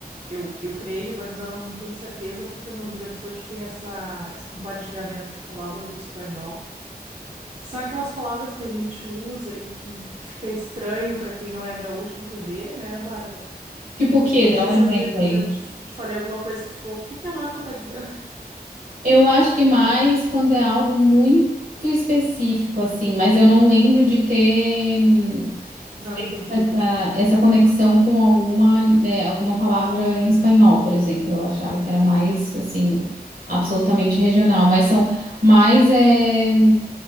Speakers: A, on the right; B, on the right.
A: Eu, eu creio, mas ainda não, não tenho certeza, porque no Rio Grande do Sul a gente tem essa, esse compartilhamento de palavras do espanhol, que são aquelas palavras que a gente usa e que, que fica estranho para quem não é gaúcho entender, né, Bárbara?
B: Tipo o quê?
A: Não
B: Dá
A: sei
B: um
A: se
B: exemplo
A: às vezes
B: aí.
A: eu te, f- te falei alguma coisa que tu ficou, por que que a Marta tá dizendo?
B: Eu acho que mais quando é algo muito específico, assim, mas eu não lembro de ter hum,
A: <laughs> Não
B: feito
A: entendido.
B: essa, essa conexão com alguma, né, alguma palavra em espanhol, por exemplo. Eu achava que era mais, assim, absolutamente regional, mas são mais. é,